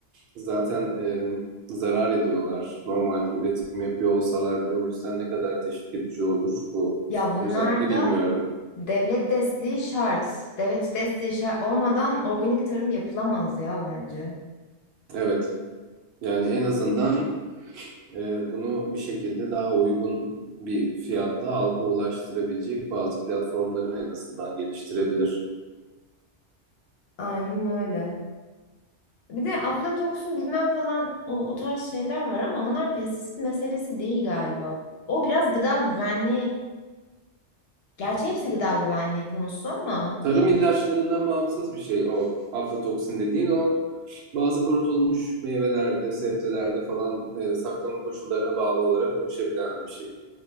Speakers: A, on the right; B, on the left.
A: zaten e, zarar ediyorlar. Normal üretim yapıyor olsalar bile o yüzden ne kadar teşvik edici olur bu
B: Ya bunlarda
A: düzende bilmiyorum.
B: Devlet desteği şart. Devlet desteği şart olmadan organik tarım yapılamaz ya bence.
A: Evet yani en azından e, bunu bir şekilde daha uygun bir fiyatla halka ulaştırabilecek bazı platformları en azından geliştirebilir.
B: Aynen öyle. Bir de aflatoksin bilmem falan o, o tarz şeyler var ama onlar pestisit meselesi değil galiba. O biraz gıda güvenliği, gerçi hepsi gıda güvenliği konusu ama
A: Tarım ilaçlarından bağımsız bir şey o aflatoksin dediğin o bazı kurutulmuş meyvelerde, sebzelerde falan e, saklama koşullarına bağlı olarak oluşabilen bir şey.